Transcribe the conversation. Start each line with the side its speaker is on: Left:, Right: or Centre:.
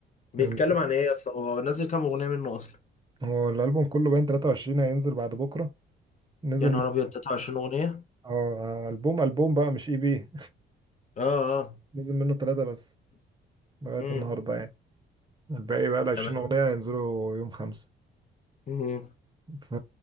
Left: بيتكلم
Right: انت-
Left: عن ايه اصلا هو نزل كام اغنيه منه اصلا
Right: هو الالبوم كله باين 23 هينزل بعد بكره نزل
Left: يا نهار
Right: من-
Left: ابيض 23 اغنيه
Right: اه البوم البوم بقى مش اي بي
Left: اه
Right: <laughs>
Left: اه
Right: نزل منه ثلاثه بس لغايه
Left: امم
Right: النهارده يعني الباقي بقى ال 20
Left: تمام
Right: اغنيه هينزلوا يوم خمسة
Left: امم
Right: ف